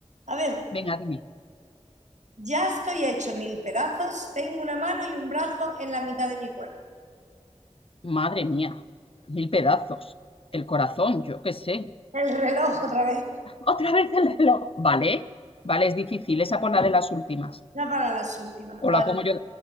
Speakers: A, on the right (about 85°); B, on the left (about 50°).
A: A ver,
B: Venga, dime.
A: ya estoy hecho mil pedazos, tengo una mano y un brazo en la mitad de mi cuerpo.
B: Madre mía, mil pedazos. El corazón, yo qué sé.
A: El reloj otra vez,
B: Otra vez el reloj. Vale, vale, es difícil. Esa por la de las últimas.
A: ya para las últimas, vale.
B: O la pongo yo.